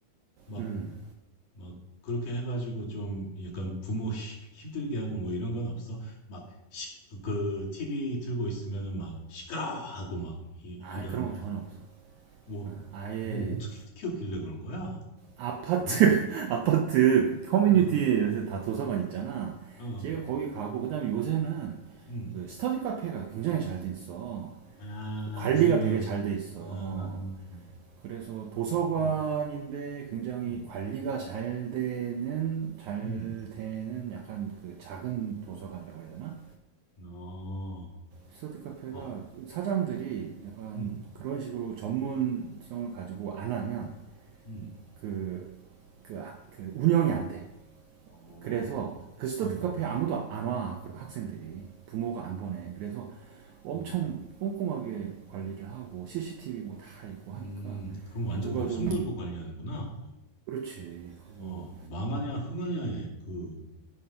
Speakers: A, on the left (about 65°); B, on the right (about 85°).
A: 막
B: 음,
A: 막 그렇게 해가지고 좀 약간 부모 <laughs> 힘들게 하고 뭐 이런 건 없어? 막 시, 그 TV 틀고 있으면은 막 시끄러 하고 막 이,
B: 아
A: 이런
B: 그런 거 전혀 없어.
A: 뭐,
B: 어, 아예
A: 뭐 어떻게 키웠길래 그런 거야?
B: 아파트
A: 어?
B: <laughs> 아파트 커뮤니티에
A: 어,
B: 요새 다 도서관 있잖아.
A: 어, 어.
B: 제가 거기 가고 그다음에 요새는
A: 음,
B: 그 스터디 카페가 굉장히 잘 돼 있어.
A: 아
B: 그 관리가
A: 프리미엄,
B: 되게
A: 스-
B: 잘 돼 있어. 어.
A: 아, 음,
B: 그래서 도서관인데
A: 음,
B: 굉장히
A: 음,
B: 관리가 잘 되는 잘
A: 음.
B: 되는 약간 그 작은 도서관이라고 해야 되나?
A: 어,
B: 스터디 카페가
A: 아,
B: 사장들이 약간
A: 음,
B: 그런 식으로 전문성을 가지고 안 하면
A: 음,
B: 그, 그, 아- 그 운영이 안 돼.
A: 어,
B: 그래서 그 스터디
A: 어,
B: 카페에
A: 음,
B: 아무도 안와 그 학생들이 부모가 안 보내.
A: 음.
B: 그래서 엄청
A: 어,
B: 꼼꼼하게 관리를 하고 CCTV 뭐 다 있고
A: 음,
B: 하니까
A: 그럼 완전
B: 뭐 누가
A: 목숨
B: 좀
A: 걸고 관리하는구나.
B: 그렇지 그거
A: 어, 망하냐, 흥하냐에 그